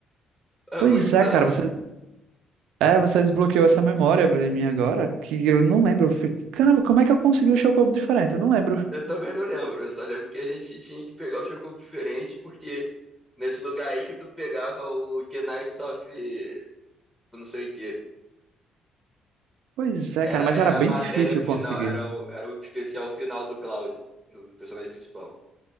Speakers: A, in the centre; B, on the right (about 85°).
A: Há
B: Pois
A: muitos
B: é,
A: anos.
B: cara, você, é, você desbloqueou essa memória em mim agora, que eu não lembro. Eu fui, Caramba, como é que eu consegui o chocobo diferente? Eu não lembro.
A: Eu também não lembro. Eu só lembro que a gente tinha que pegar o Chocobo diferente, porque nesse lugar aí que tu pegava o Knights of. eu não sei o quê.
B: Pois é,
A: Era,
B: cara, mas
A: era
B: era bem
A: a matéria
B: difícil
A: final,
B: conseguir.
A: era o, era o especial final do Cloud, do personagem principal.